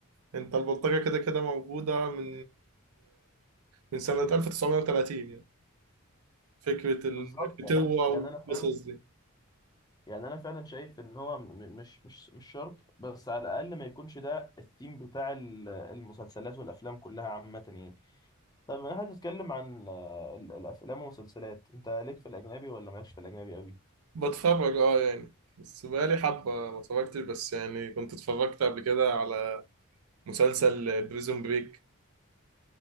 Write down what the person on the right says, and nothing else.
انت البلطجه كده كده موجوده من من سنة 1930 يعني فكرة الفتوة
والقصص
دي
بتفرج اه يعني بس بقالي حبة ما اتفرجتش بس يعني كنت اتفرجت قبل كده على مسلسل بريزون بريك